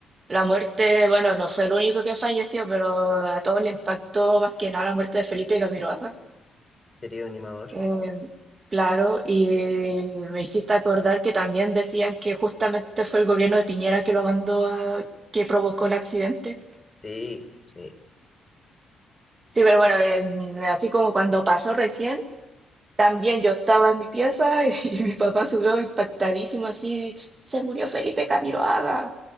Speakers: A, on the right (about 30°); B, on the left (about 25°).
A: La muerte, bueno, no fue el único que falleció, pero a todos le impactó más que nada la muerte de Felipe Camiroaga.
B: Querido animador.
A: Eh, claro, y me hiciste acordar que también decían que justamente fue el gobierno de Piñera que lo mandó a, que provocó el accidente.
B: Sí, sí.
A: Sí, pero bueno, em, así como cuando pasó recién, también yo estaba en mi pieza <laughs> y, mi papá subió impactadísimo así, se murió Felipe Camiroaga.